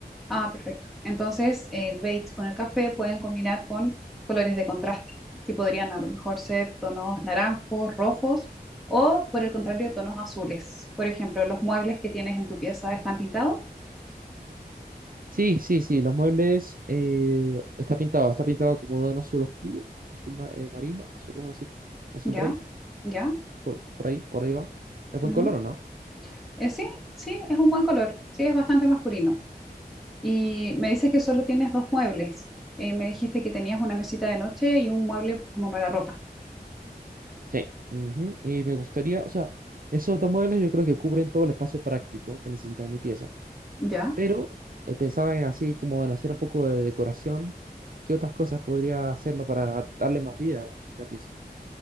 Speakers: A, in the centre; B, on the right.
A: Ah, perfecto. Entonces, el beige con el café pueden combinar con colores de contraste, que podrían a lo mejor ser tonos naranjos, rojos o, por el contrario, tonos azules. Por ejemplo, los muebles que tienes en tu pieza están pintados.
B: Sí, sí, sí, los muebles eh, está pintado, está pintado como de un azul oscuro, azul ma- eh, marino, no sé cómo decirlo, azul
A: Ya,
B: rey.
A: ya.
B: por, por ahí, por ahí va. ¿Es buen
A: ujú.
B: color o no?
A: Eh, sí, sí, es un buen color. Sí, es bastante masculino. Y me dices que solo tienes dos muebles. Eh, me dijiste que tenías una mesita de noche y un mueble como para ropa.
B: Sí. Ujú. Y me gustaría, o sea, esos dos modelos yo creo que cubren todo el espacio práctico que necesita mi pieza.
A: Ya.
B: Pero eh, pensaba en así como en hacer un poco de decoración. ¿Qué otras cosas podría hacerlo para darle más vida a la, a la pieza?